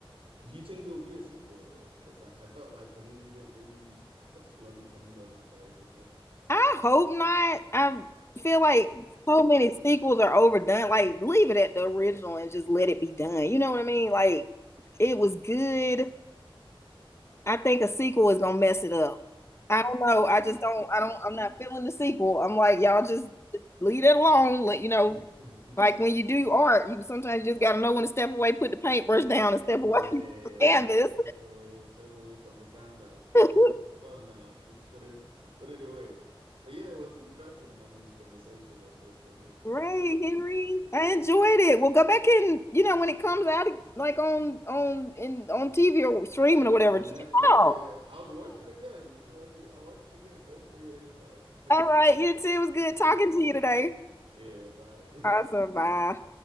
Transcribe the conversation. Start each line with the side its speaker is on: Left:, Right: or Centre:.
Right: do you think there'll be a sequel, though? Because I, I felt like the movie didn't really particularly end on a very good note.
Left: I hope not. I feel like so many sequels are overdone. Like leave it at the original and just let it be done. You know what I mean? Like it was good. I think a sequel is gonna mess it up. I don't know. I just don't. I don't. I'm not feeling the sequel. I'm like, y'all just leave it alone. Let you know,
Right: <laughs>
Left: like
Right: <laughs>
Left: when you do art, you sometimes just gotta know when to step away, put the paintbrush down, and step
Right: Yeah,
Left: away <laughs> from the canvas.
Right: step away, step away from the canvas. That's
Left: <laughs>
Right: it. It's done now. Just put it, put it away. But yeah, it was interesting having this conversation on this on this particular
Left: Right,
Right: movie.
Left: Henry.
Right: Yeah,
Left: I enjoyed it. Well, go back and you know when it comes out, like on on in on TV or streaming or whatever.
Right: on Netflix.
Left: Oh,
Right: Yeah, I would watch it again. Watch it- I'll watch it again. Thanks for your insights. <laughs>
Left: Yeah. All right. You too. It was good talking to you today.
Right: Yeah, bye.
Left: Awesome. Bye.
Right: <laughs>